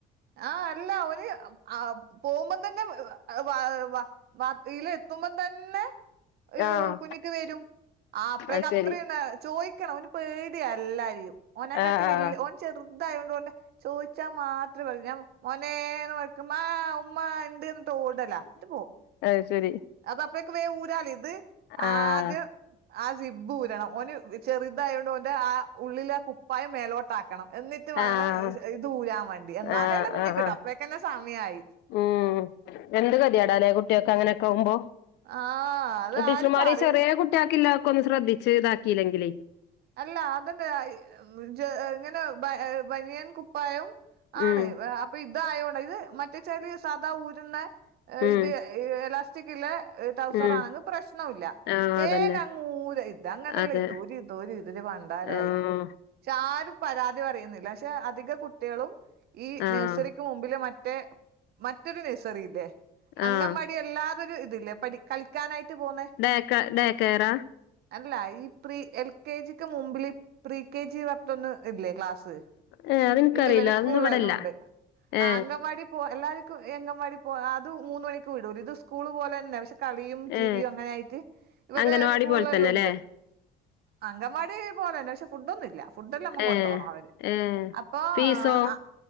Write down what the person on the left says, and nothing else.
ആഹ്
അത്
ശരി
ആഹ്
ആഹ്
അത് ശരി.
ആഹ്
ആഹ്
ആഹ്
ആഹ് ആഹ്
ഉം എന്ത് ഗതിയേടാലേ കുട്ടിയാക്ക് അങ്ങനെയൊക്കെ ആവുമ്പോ.
ടീച്ചർമാര്
ചെറിയെ കുട്ടിയാക്ക് ഇല്ലതൊക്കെ ഒന്ന് ശ്രദ്ധിച്ച് ഇതാക്കിയില്ലെങ്കിലെ
ഉം
ഉം
ഉം
ആഹ്
അതന്നെ
അതെ
ആഹ്
ആഹ്
ആഹ്
ഡേക്കാ ഡേക്കെയറാ
ഏ അതെനിക്കറിയില്ല
അതൊന്നും ഇവിടെല്ല
ഏ
ഏ
അംഗനവാടി
പോലെ തന്നെല്ലേ
ഏ
ഏ
ഫീസോ